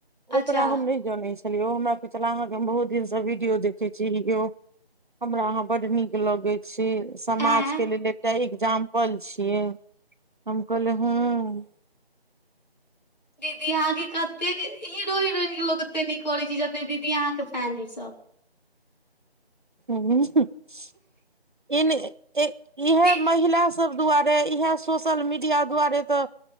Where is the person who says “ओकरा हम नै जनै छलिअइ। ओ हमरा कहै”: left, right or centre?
Right